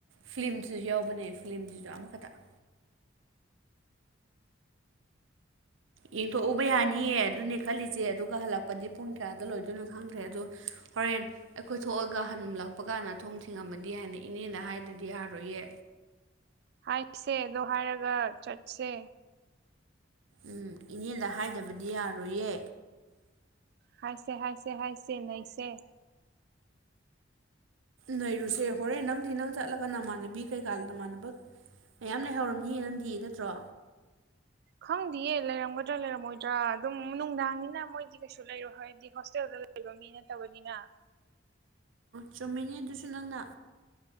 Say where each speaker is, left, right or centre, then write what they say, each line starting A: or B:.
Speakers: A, on the right; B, on the right.
A: ꯐꯤꯂꯝꯁꯤꯁꯨ ꯌꯥꯎꯕꯅꯦ ꯐꯤꯂꯝꯁꯤꯗ ꯑꯃꯈꯛꯇ ꯌꯦꯡꯊꯣꯛꯎꯕ ꯌꯥꯅꯤꯌꯦ ꯑꯗꯨꯅꯦ ꯈꯜꯂꯤꯁꯦ ꯑꯗꯨꯒ ꯍꯜꯂꯛꯄꯗꯤ ꯄꯨꯡ ꯀꯌꯥꯗ ꯂꯣꯏꯗꯣꯏꯅꯣ ꯈꯪꯗ꯭ꯔꯦ ꯑꯗꯣ ꯍꯣꯔꯦꯟ ꯑꯩꯈꯣꯏ ꯊꯣꯛꯑꯒ ꯍꯟꯂꯛꯄ ꯀꯥꯟꯗ ꯊꯣꯡ ꯊꯤꯡꯉꯝꯃꯗꯤ ꯍꯥꯏꯅ ꯏꯅꯦꯗ ꯍꯥꯏꯗꯗꯤ ꯌꯥꯔꯣꯏꯌꯦ
B: ꯍꯥꯏꯁꯦꯗꯣ ꯍꯥꯏꯔꯒ ꯆꯠꯁꯦ
A: ꯎꯝ ꯏꯅꯦꯗ ꯍꯥꯏꯗꯕꯗꯤ ꯌꯥꯔꯣꯏꯌꯦ
B: ꯍꯥꯏꯥꯏꯁꯦ ꯍꯥꯏꯁꯦ ꯍꯥꯏꯁꯦ ꯅꯁꯦ
A: ꯅꯩꯔꯨꯁꯦ ꯍꯣꯔꯦꯟ ꯅꯪꯗꯤ ꯅꯪ ꯆꯠꯂꯒ ꯅꯃꯥꯟꯅꯕꯤ ꯀꯩꯀꯥ ꯅꯃꯥꯟꯅꯕ ꯃꯌꯥꯝ ꯂꯩꯍꯧꯔꯝꯅꯤ ꯌꯦꯡꯉꯝꯗꯤ ꯅꯠꯇ꯭ꯔꯣ
B: ꯈꯪꯗꯌꯦ ꯂꯩꯔꯝꯒꯗ꯭ꯔꯥ ꯂꯩꯔꯝꯃꯣꯏꯗ꯭ꯔꯥ ꯑꯗꯨꯝ ꯅꯨꯡꯗꯥꯡꯅꯤꯅ ꯃꯣꯏꯗꯤ ꯀꯩꯁꯨ ꯂꯩꯔꯣ ꯍꯥꯏ ꯍꯣꯁꯇꯦꯜꯗ ꯂꯩꯕ ꯃꯤ ꯅꯠꯇꯕꯅꯤꯅ
A: ꯆꯨꯝꯃꯤꯅꯦ ꯑꯗꯨꯁꯨ ꯅꯪꯅ